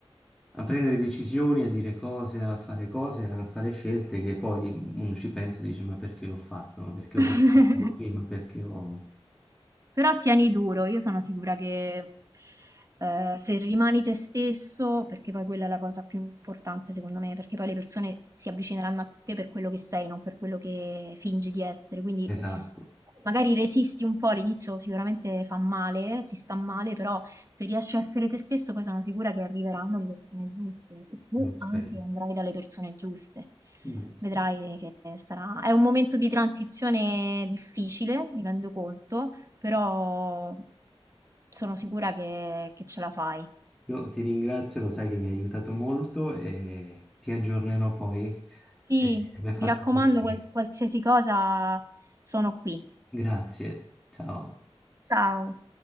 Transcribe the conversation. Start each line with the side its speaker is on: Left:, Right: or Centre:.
Centre: a prendere decisioni, a dire cose, a fare cose, a fare scelte che poi uno ci pensa e dice ma perché l'ho fatto? Ma perché
Right: <laughs>
Centre: ho risposto così? Ma perché ho...
Right: Però tieni duro, io sono sicura che eh, se rimani te stesso, perché poi quella è la cosa più importante secondo me, perché poi le persone si avvicineranno a te per quello che sei, non per quello che fingi di essere. Quindi
Centre: Esatto,
Right: magari resisti un po', all'inizio sicuramente fa male, eh, si sta male, però se riesci a essere te stesso, poi sono sicura che arriveranno le persone giuste e tu
Centre: lo spero.
Right: anche andrai dalle persone giuste.
Centre: Giusto.
Right: Vedrai che sarà... È un momento di transizione difficile, mi rendo conto, però sono sicura che, che ce la fai.
Centre: Io ti ringrazio, lo sai che mi hai aiutato molto e ti aggiornerò poi.
Right: Sì,
Centre: Eh, mi ha fatto
Right: mi raccomando,
Centre: piacere.
Right: qual- qualsiasi cosa sono qui.
Centre: Grazie, ciao.
Right: Ciao.